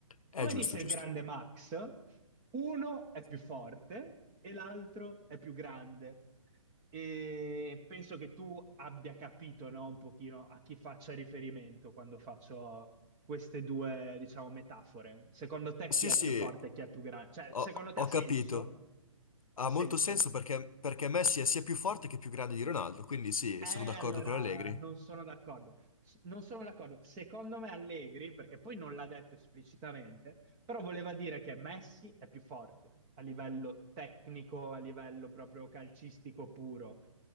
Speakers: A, on the left (about 80°); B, on the right (about 15°).
A: È
B: Come
A: giusto,
B: disse
A: giusto.
B: il grande Max, uno è più forte e l'altro è più grande. E penso che tu abbia capito, no, un pochino a chi faccia riferimento quando faccio queste due, diciamo, metafore. Secondo te
A: Sì,
B: chi è
A: sì,
B: più forte e chi è più grande? Cioè,
A: ho,
B: secondo te
A: ho
B: ha senso?
A: capito. Ha
B: Ha senso?
A: molto senso perché, perché Messi è sia più forte che più grande di Ronaldo, quindi sì,
B: Eh,
A: sono d'accordo
B: allora,
A: con Allegri.
B: non sono d'accordo. S- Non sono d'accordo. Secondo me Allegri, perché poi non l'ha detto esplicitamente, però voleva dire che Messi è più forte a livello tecnico, a livello proprio calcistico puro.